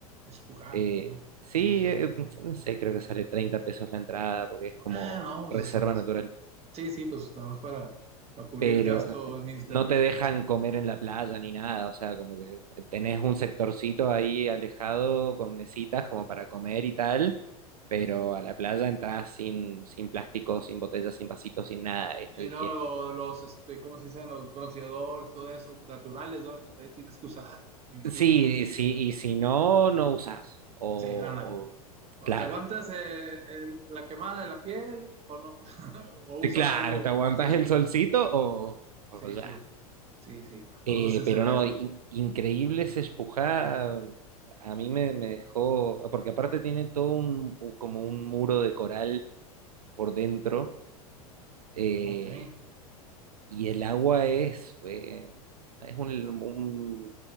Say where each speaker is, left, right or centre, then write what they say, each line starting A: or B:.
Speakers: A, on the right; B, on the right.
A: es Chuja,
B: Eh,
A: ¿no?
B: sí, eh, no sé, creo que sale 30 pesos la entrada porque es como
A: Ah, no, pues,
B: reserva
A: pues,
B: natural.
A: sí, sí, pues nada más para, para cubrir
B: pero
A: el gasto administrativo.
B: no te dejan comer en la playa ni nada, o sea, como que tenés un sectorcito ahí alejado con mesitas como para comer y tal, pero a la playa entras sin, sin plástico, sin botellas, sin vasitos, sin nada. es-
A: Y luego
B: y es-
A: los, este, ¿cómo se dicen? Los bronceadores, todo eso, naturales, ¿verdad? Que también tienes que usar, me imagino.
B: Sí, sí, y si no, no usás. O,
A: Sí, ándale.
B: o-
A: O
B: claro,
A: te aguantas eh, el- la quemada de la piel o no, <laughs> o
B: te-
A: usa
B: claro,
A: algo.
B: te aguantas
A: Sí, sí,
B: el solcito o, o
A: sí,
B: ya.
A: sí, sí, sí, corres
B: Eh,
A: ese
B: pero
A: riesgo.
B: no, in- increíble esa espujá. A mí me, me dejó, porque aparte tiene todo un, como un muro de coral por dentro, eh,
A: Ok.
B: y el agua es, eh, es un, un-